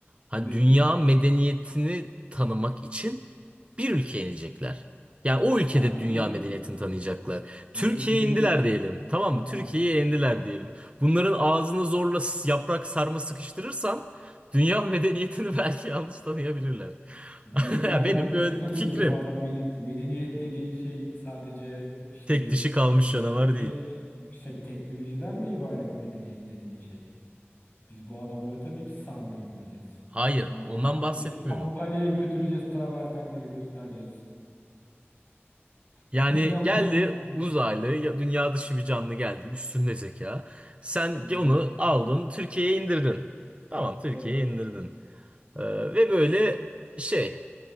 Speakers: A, on the right; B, on the left.
A: Hani
B: nedir?
A: dünya medeniyetini tanımak için bir ülkeye inecekler. Yani o ülkede
B: Kardeşim
A: dünya medeniyetini tanıyacaklar. Türkiye'ye
B: medeniyet
A: indiler diyelim. Tamam mı? Türkiye'ye
B: ha.
A: indiler diyelim. Bunların ağzına zorla s- yaprak sarma sıkıştırırsan dünya medeniyetini <laughs> belki yanlış tanıyabilirler.
B: Niye
A: <laughs>
B: kardeşim
A: Ya Benim böyle
B: nasıl tanıyacak?
A: fikrim.
B: Bu adam meden- medeniyet dediğin şey sadece işte
A: Tek dişi kalmış canavar
B: tek,
A: değil.
B: yüksek teknolojiden mi ibaret medeniyet dediğin şey? Biz bu adamlara tabii ki sarma yedireceğiz.
A: Hayır,
B: Biz bu adamları
A: ondan bahsetmiyorum.
B: tabii ki Pamukkale'ye götüreceğiz. Travertenleri göstereceğiz. <laughs>
A: Yani
B: Neyden
A: geldi
B: bahsediyorsun?
A: uzaylı, ya- dünya dışı bir canlı geldi, üstünde zeka. Sen
B: Evet.
A: onu aldın, Türkiye'ye indirdin. Tamam, Türkiye'ye
B: Evet.
A: indirdin. Ee, ve böyle şey